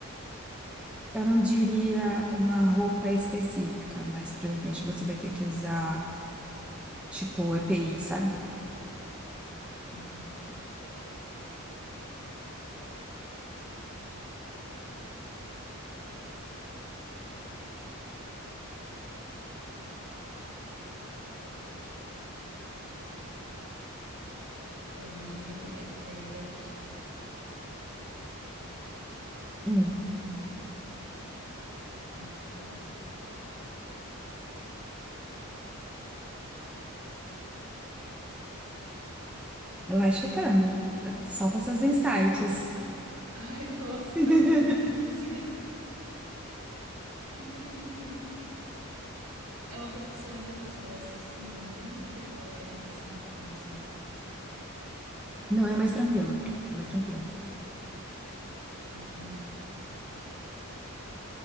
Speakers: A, in the centre; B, on the right (about 70°).
A: Eu não diria uma roupa específica, mas provavelmente você vai ter que usar tipo EPI, sabe?
B: Uhum. Porra, engenheiro não é, porque é em lugar fechado.
A: Hum,
B: Então,
A: vai chutando. Solta
B: É uma
A: seus
B: profissão.
A: insights.
B: Ai, nossa,
A: <laughs>
B: tá muito difícil. <laughs> É uma profissão em que a pessoa se suja muito ou é mais tranquila, assim?
A: Não é mais tranquilo. É mais tranquilo.
B: Uhum.